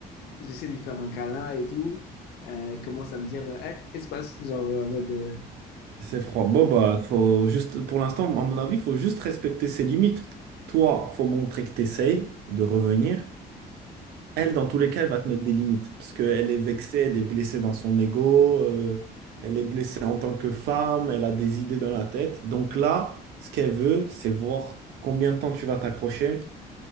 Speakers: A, on the left; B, on the right.
A: j'essaie de lui faire un câlin et tout. euh, Elle commence à me dire euh, Hey, espace, genre euh, en mode. euh,
B: C'est froid. Bon, bah, faut juste, pour l'instant, à mon avis, il faut juste respecter ses limites. Toi, faut montrer que tu essayes de revenir. Elle, dans tous les cas, elle va te mettre des limites parce qu'elle est vexée, elle est blessée dans son ego, euh, elle est blessée en tant que femme, elle a des idées dans la tête. Donc là, ce qu'elle veut, c'est voir combien de temps tu vas t'accrocher.